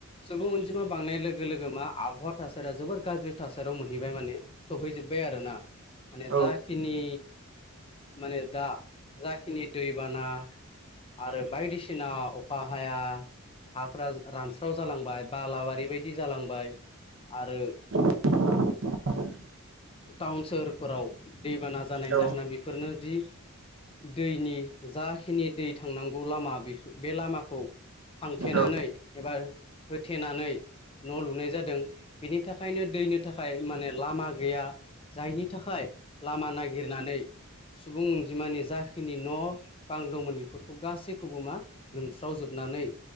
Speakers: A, on the left; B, on the right.
A: सुबुं अनजिमा बांनाय लोगो लोगो मा आबहावा थासारिया जोबोर गाज्रि थासारियाव मोनहैबाय माने- सहैजोब्बाय आरोना माने
B: औ
A: जाखिनि माने दा जाखिनि दैबाना आरो बायदिसिना अखा हाया हाफोरा रानस्राव जालांबाय बालाबारि बायदि जालांबाय आरो
B: <unintelligible> <inaudible>
A: टाउन सोहोरफोराव दैबाना जानायनि
B: औ
A: जाहोना बेफोरनो जि दैनि जाखिनि दै थांनांगौ लामा बेफु बे लामाखौ फांथेनानै
B: औ
A: एबा होथेनानै न' लुनाय जादों बेनि थाखायनो दैनो थाखाय माने लामा गैया जायनि थाखाय लामा नागिरनानै सुबुं अनजिमानि जाखिनि न' बां दंमोन बेफोरखौ गासै खौबो मा लोमस्रावजोबनानै